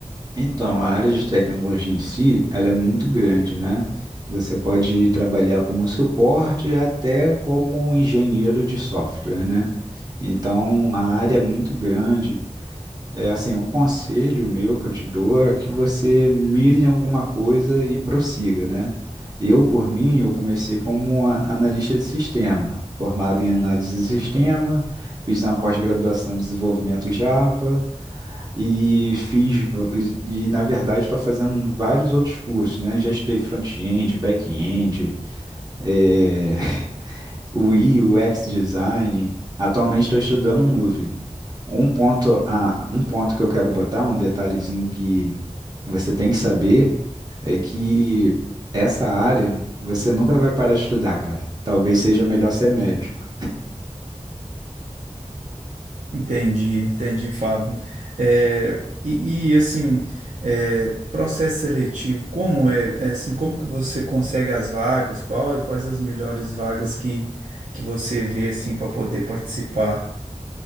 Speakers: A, on the right (about 30°); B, on the right (about 80°).
A: Então, a área de tecnologia em si, ela é muito grande, né? Você pode trabalhar como suporte até como engenheiro de software, né? Então, a área é muito grande. É assim, um conselho meu que eu te dou é que você mire em alguma coisa e prossiga, né? Eu, por mim, eu comecei como um a- analista de sistema, formado em análise de sistema, fiz uma pós-graduação em desenvolvimento Java, e fiz, e, e, na verdade estou fazendo vários outros cursos, né? Já estudei front-end, back-end, é, <laughs> UI, UX design. Atualmente estou estudando nuvem. Um ponto, a, um ponto que eu quero botar, um detalhezinho que você tem que saber, é que essa área você nunca vai parar de estudar, cara. Talvez seja melhor ser médico.
B: Entendi, entendi, Fábio. É, e, e, assim, é, processo seletivo, como é, é, assim, como que você consegue as vagas? Qual e quais as melhores vagas que, que você vê assim para poder participar?